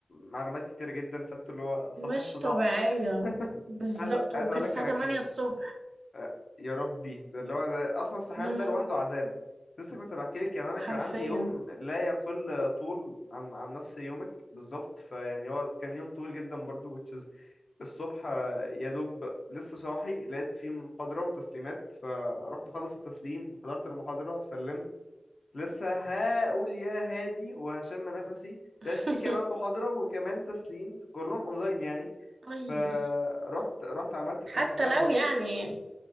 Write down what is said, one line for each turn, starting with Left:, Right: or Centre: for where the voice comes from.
Left: معلومات كتير جدا فانتوا اللي هو صباح
Right: مش
Left: الصداع
Right: طبيعية
Left: <laughs>
Right: بالظبط
Left: عايز عايز
Right: وكانت
Left: اقول لك
Right: الساعة
Left: انا
Right: 8
Left: كان
Right: الصبح
Left: آه، يا ربي ده اللي هو ده اصلا الصحيان
Right: امم
Left: ده لوحده عذاب لسه كنت بحكي لك يعني انا
Right: حرفيا
Left: كان عندي يوم لا يقل طول عن عن نفس يومك بالظبط فيعني هو كان يوم طويل جدا برضو which is الصبح آه، يا دوب لسه صاحي لقيت في محاضرة وتسليمات فرحت خلص التسليم حضرت المحاضرة سلمت لسه هقول يا هادي وهشم نفسي
Right: <laughs>
Left: لقيت في كمان محاضرة وكمان تسليم كلهم اونلاين يعني
Right: اي
Left: فرحت رحت عملت التسليمات
Right: حتى لو
Left: برضو
Right: يعني